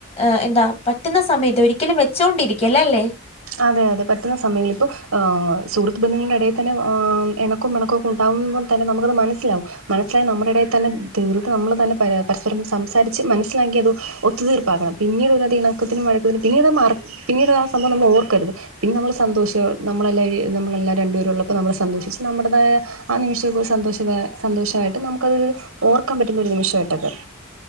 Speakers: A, on the left (about 30°); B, on the right (about 80°).
A: എ താ പറ്റുന്ന സമയത്ത് ഒരിക്കലും വെച്ചൊണ്ടിരിക്കല്ല് അല്ലേ
B: അതെ അതെ പറ്റുന്ന സമയങ്ങൾ സുഹൃത്ത് ബന്ധങ്ങളുടെ ഇടയിൽ തന്നെ എ എണ ഒക്ക മണക്കെണ്ടാവുമ്പോ തന്നെ നമുകത് മനസ്സിലാവും മനസ്സിലായി നമ്മുടെ ഇടയിൽ തന്നെ തീർത്ത് നമ്മൾ തന്നെ പരാ പരസ്പരം സംസാരിച്ച് മനസിലാക്കി അത് ഒത്തു തീർപ്പാക്കണം പിന്നീട് ഉള്ള ഇണക്കത്തിനും മഴക്കത്തിനും പിന്നീട് മറ പിന്നീട് ആ സംഭവം നമ്മൾ ഓർ രുത് പിന്നെ നമ്മൾ സന്തോഷം നമ്മളെല്ലാവ നമ്മളെല്ല രണ്ടുപേരള്ളപ്പോ നമ്മൾ സന്തോഷിച്ച് നമ്മടതായ ആ നിമിഷം സന്തോഷ സന്തോഷാ യിട്ട് നമുക്കതൊരു ഓർക്കാൻ പറ്റുന്ന ഒരു നിമിഷമ തക